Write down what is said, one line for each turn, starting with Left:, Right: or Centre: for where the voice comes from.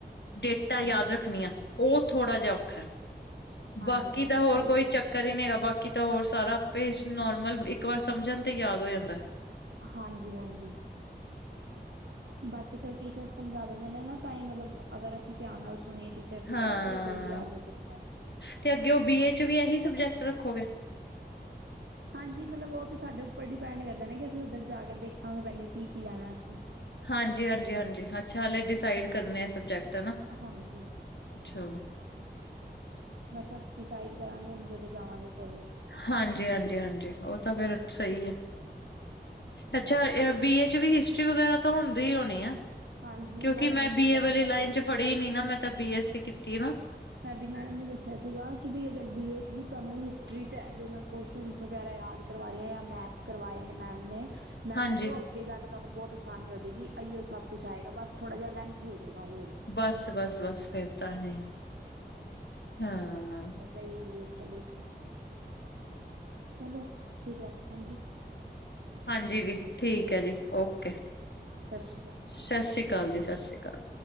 Left: ਡੇਟਾਂ
Right: ਹਾਂਜੀ
Left: ਯਾਦ ਰੱਖਣੀਆਂ ਉਹ ਥੋੜ੍ਹਾ ਜਿਹਾ ਔਖਾ।
Right: ਹਾਂਜੀ
Left: ਬਾਕੀ
Right: ਬਸ
Left: ਤਾਂ ਔਰ
Right: ਉਹੀ
Left: ਕੋਈ ਚੱਕਰ ਹੀ ਨਹੀਂ ਹੈਗਾ ਬਾ ਕਿ ਤੇ ਹੋਰ ਸਾਰਾ ਆਪੇ ਨੋਰਮਲ ਇੱਕ ਵਾਰ ਸਮਝਣ ਤੇ ਯਾਦ ਹੋ ਜਾਂਦਾ।
Right: ਹਾਂਜੀ- ਹਾਂਜੀ। ਬਾਕੀ ਤਾਂ ਟੀਚਰ ਸਮਝਾ ਦਿੰਦੇ ਨੇ ਨਾ ਤਾਂਹੀ ਮਤਲਬ ਅਗਰ ਅਸੀਂ ਧਿਆਨ ਨਾਲ ਸੁਣੇ ਟੀ ਚਿਰ
Left: ਹਾਂ
Right: ਦੀ ਗੱਲ ਤੇ ਜਲਦੀ ਆਦ ਜਾਂਦਾ।
Left: ਤੇ ਅੱਗੇ ਉਹ ਬੀਏ 'ਚ ਵੀ ਇਹੀ ਸਬਜੈਕਟ ਰੱਖੋਗੇ?
Right: ਹਾਂਜੀ ਮਤਲਬ ਉਹ ਤਾਂ ਸਾਡੇ ਉੱਪਰ ਡਿਪੈਂਡ ਕਰਦਾ ਨਾ ਕਿ ਅਸੀਂ ਉੱਧਰ ਜਾ ਕੇ ਦੇਖਾਂਗੇ ਪਹਿਲੇ ਕੀ ਕੀ ਲੈਣਾ ਅਸੀਂ।
Left: ਹਾਂਜੀ ਹਾਂਜੀ ਹਾਂਜੀ ਅੱਛਾ ਹਾਲੇ ਡਿਸਾਈਡ ਕਰਨੇ ਆ ਸਬਜੈਕਟ ਹਨਾ।
Right: ਹ ਹਾਂਜੀ।
Left: ਅੱਛਾ।
Right: ਬਸ ਅ ਡਿਸਾਈਡ ਕਰਾਂਗੇ ਹੁਣ ਜਦੋਂ ਜਾਵਾਂਗੇ ਕੋਲੇਜ
Left: ਹਾਂਜੀ ਹਾਂਜੀ ਹਾਂਜੀ ਉਹ ਤਾਂ ਫੇਰ ਸਹੀ ਹੈ
Right: ਹਾਂਜੀ।
Left: ਅੱਛਾ ਬੀ ਏ ਇਹ 'ਚ ਵੀ ਹਿਸਟਰੀ ਵਗੈਰਾ ਤਾਂ ਹੁੰਦੀ ਹੀ ਹੋਣੀ ਆ
Right: ਹਾਂਜੀ
Left: ਕਿਉਂਕਿ
Right: ਮੈਡਮ
Left: ਮੈਂ
Right: ਨੇ ਦੱਸਿਆ
Left: ਬੀਏ
Right: ਸੀ
Left: ਵਾਲੀ
Right: ਸਾਡੀ
Left: ਲਾਈਨ 'ਚ ਫੜੀ
Right: ਬਈ
Left: ਨੀ ਨਾ ਮੈਂ ਤਾ ਬੀ ਐੱਸੀ ਕੀਤੀ ਨਾ।
Right: ਸਾਡੀ ਮੈਡਮ ਨੇ ਦੱਸਿਆ ਸੀਗਾ ਕਿ ਬਈ ਅਗਰ ਬੀ ਏ 'ਚ ਵੀ ਤੁਹਾਨੂੰ ਹਿਸਟਰੀ 'ਚ ਹੈ ਜੋ ਮੈਂ ਕੌਸ਼ਨਸ ਵਗੈਰਾ ਯਾਦ ਕਰਵਾ ਰਹੇ ਜਾਂ ਮੈਪ ਕਰਵਾਏ ਨੇ ਮੈਮ ਨੇ ਮੈਮ
Left: ਹਾਂਜੀ
Right: ਕਹਿੰਦੇ ਉਹ ਅੱਗ ਅੱਗੇ ਜਾ ਕੇ ਤੁਹਾਨੂੰ ਬਹੁਤ ਆਸਾਨੀ ਹੋ ਜਏਗੀ ਇਹੀਓ ਸਭ ਕੁਛ ਆਏਗਾ ਬਸ ਥੋੜ੍ਹਾ ਜਿਹਾ ਲੈਂਥੀ ਹੋ ਜਾਏਗਾ ਹੋਰ।
Left: ਬਸ ਬਸ ਬਸ ਫਿਰ ਤਾਂ ਨਹੀ
Right: ਹਾਂਜੀ।
Left: ਹਾਂ।
Right: ਬਸ ਇਹੀ ਹੁੰਦੀ ਸਟੱਡੀ 'ਚ ਚਲੋ ਠੀਕ ਹੈ ਹਾਂਜੀ।
Left: ਹਾਂਜੀ ਜੀ ਠੀਕ ਹੈ ਜੀ ਓਕੇ।
Right: ਠੀਕ ਸਸ਼੍ਰੀ ਅਕਾਲ।
Left: ਸਸ਼੍ਰੀ ਅਕਾਲ ਜੀ ਸਸ਼੍ਰੀ ਅਕਾਲ।